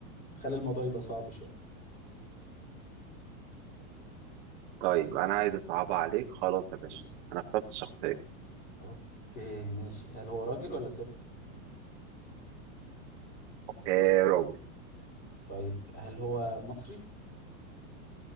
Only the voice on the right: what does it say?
طيب انا عايز اصعبها عليك خلاص يا باشا
انا اخترت شخصيه
إيه راجل